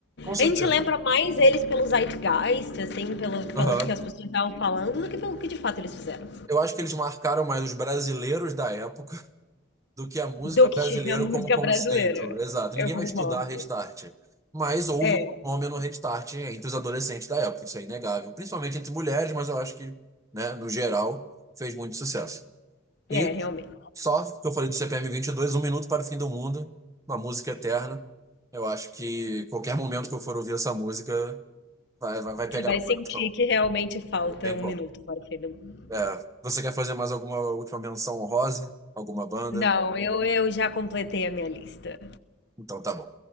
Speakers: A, on the right (about 15°); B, on the left (about 55°).
A: Com
B: A gente
A: certeza.
B: lembra mais eles pelo zeitgeist, assim, pelo, pelo
A: Aham.
B: que as pessoas estavam falando, do que pelo que de fato eles fizeram.
A: Eu acho que eles marcaram mais os brasileiros da época do que a música
B: Do
A: brasileira
B: que a música
A: como conceito.
B: brasileira.
A: Exato. Ninguém
B: Eu
A: vai
B: concordo.
A: estudar restart. Mas houve
B: É,
A: o fenômeno restart entre os adolescentes da época, isso é inegável. Principalmente entre mulheres, mas eu acho que, né, no geral, fez muito sucesso. E
B: é, realmente.
A: só que eu falei do CPM 22, Um Minuto para o Fim do Mundo, uma música eterna. Eu acho que qualquer momento que eu for ouvir essa música, vai, vai, vai
B: Você
A: pegar
B: vai
A: no
B: sentir
A: coração.
B: que realmente falta
A: Não tem
B: um
A: como.
B: minuto para o fim do mundo.
A: É, você quer fazer mais alguma última menção honrosa? Alguma banda?
B: Não, eu, eu já completei a minha lista.
A: Então tá bom.